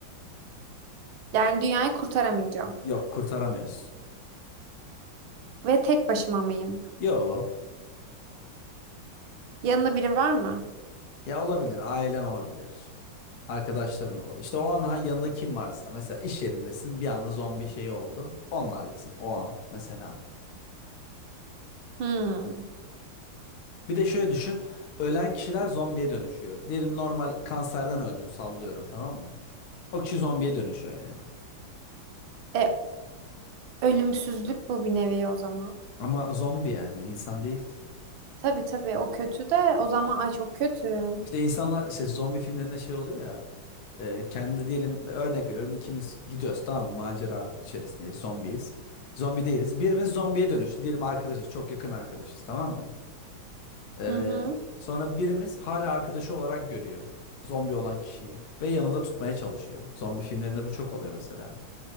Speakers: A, on the right; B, on the left.
A: yani dünyayı kurtaramayacağım.
B: Yok kurtaramıyorsun.
A: Ve tek başıma mıyım?
B: Yo.
A: Yanında biri var mı?
B: Ya olabilir. Ailen olabilir. Arkadaşların olabilir. İşte o an ha- yanında kim varsa. Mesela iş yerindesin. Bir anda zombi şeyi oldu. Onlarlasın o an mesela.
A: Hmm.
B: Bir de şöyle düşün. Ölen kişiler zombiye dönüşüyor. Diyelim normal kanserden öldün sallıyorum tamam mı? O kişi zombiye dönüşüyor yani.
A: E, ölümsüzlük bu bir nevi o zaman.
B: Ama zombi yani insan değil ki.
A: Tabii tabii o kötü de o zaman ay çok kötü.
B: İşte insanlar işte zombi filmlerinde şey oluyor ya. E, kendi diyelim örnek veriyorum ikimiz gidiyoruz tamam mı? Macera içerisindeyiz zombiyiz. Zombi değiliz. Birimiz zombiye dönüştü. Diyelim arkadaşız çok yakın arkadaşız tamam mı? E,
A: Hı hı.
B: sonra birimiz hala arkadaşı olarak görüyor. Zombi olan kişiyi. Ve yanında tutmaya çalışıyor. Zombi filmlerinde bu çok oluyor mesela.